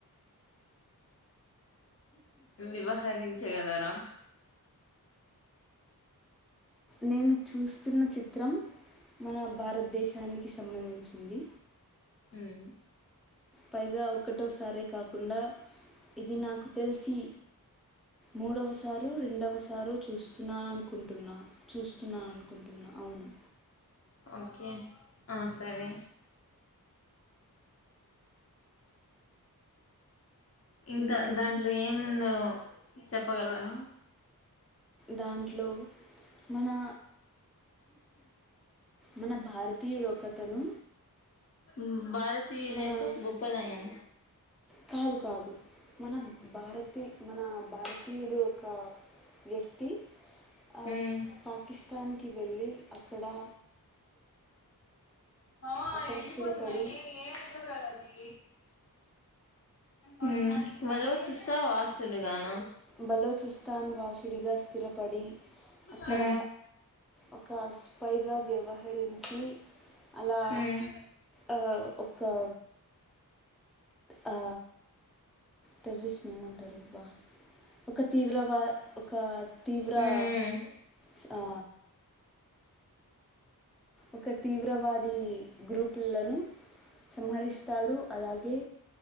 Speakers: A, on the left; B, in the centre.
A: వివహరించగలరా
B: నేను చూస్తున్న చిత్రం మన భారతదేశానికి సంబంధించింది
A: మ్
B: పైగా ఒకటోసారే కాకుండా ఇది నాకు తెల్సి మూడవసారొ రెండవసారొ చూస్తున్నానునుకుంటున్నా చూస్తున్నానునుకుంటున్నాను అవును
A: ఓకే ఆ సరే ఇంక
B: ఇంకే
A: దాంట్లో ఏముందో చెప్పగలను
B: దాంట్లో మనా మన భారతీయుడు ఒకతను
A: మ్ భారతీయుల
B: మన
A: యొక్క గొప్పదనం
B: కాదు కాదు మన భారతీ మన భారతీయుడు క వ్యక్తి అ
A: ఉమ్
B: పాకిస్తాన్కి వెళ్ళి అక్కడా
A: అ
B: అక్కడ
A: ఎళ్ళిపోతున్నానే
B: స్థిరపడి
A: ఏమ్ ఉండదు గదా అది మ్ వాళ్ళూ సిస్తా వాసుడుగానా
B: బలోచిస్తాన్ వాసుడిగా స్థిరపడి అక్కడ
A: మ్
B: ఒక స్పైగా వ్యవహరించి అలా
A: ఉమ్
B: ఆ ఒకా ఆ టెర్రరిస్ట్ నేమంటరు అబ్బా ఒక తీవ్ర వా ఒకా తీవ్రా
A: ఉమ్
B: స్ ఆ ఒక తీవ్రవాదీ గ్రూపుల్లనూ సంహరిస్తాడు అలాగే